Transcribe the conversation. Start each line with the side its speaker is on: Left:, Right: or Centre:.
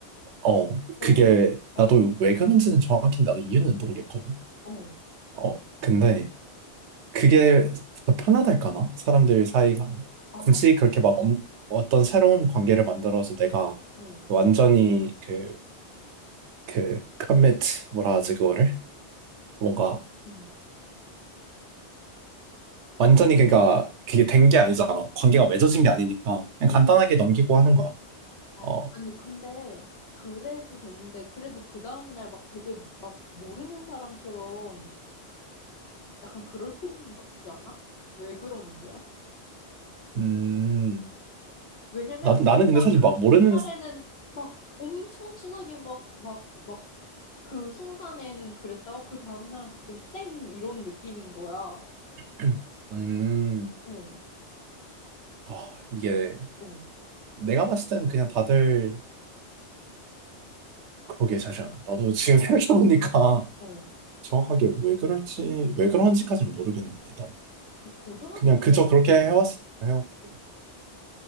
Right: 어,
Left: 어,
Right: 그게,
Left: 어.
Right: 나도 왜 그런지는 정확히 나도 이유는 모르겠거든.
Left: 어,
Right: 어, 근데, 그게 더 편하달까나? 사람들 사이 간에.
Left: 아,
Right: 굳이 그렇게 막 엄- 어떤 새로운 관계를 만들어서 내가
Left: 어,
Right: 완전히 그, 그, 커밋, 뭐라 하지, 그거를? 뭔가,
Left: 응,
Right: 완전히 그니까, 그게 된 게 아니잖아. 관계가 맺어진 게 아니니까. 그냥
Left: 응.
Right: 간단하게 넘기고 하는 거야.
Left: 아,
Right: 어,
Left: 아니, 근데, 그래도 됐는데, 그래도 그 다음날 막 되게 막 모르는 사람처럼 약간 그럴 필요는 없지 않아? 왜 그러는 거야?
Right: 음,
Left: 왜냐면,
Right: 나, 나는
Left: 진짜
Right: 근데 사실
Left: 그
Right: 막
Left: 전날에는
Right: 모르는,
Left: 막 엄청 친하게 막, 막, 막, 그 순간에는 그랬다가 그 다음날은 갑자기 쌩! 이런 느낌인 거야.
Right: <clears throat> 음,
Left: 어,
Right: 아, 이게,
Left: 어,
Right: 내가 봤을 때는 그냥 다들, 그러게, 잠시만. 나도 지금 <laughs> 생각해보니까,
Left: 어.
Right: 정확하게 왜 그럴지, 왜 그런지까지는 모르겠네, 나는.
Left: 고등학교
Right: 그냥 그저
Left: 때도
Right: 그렇게
Left: 그래?
Right: 해왔으니까 해왔거든.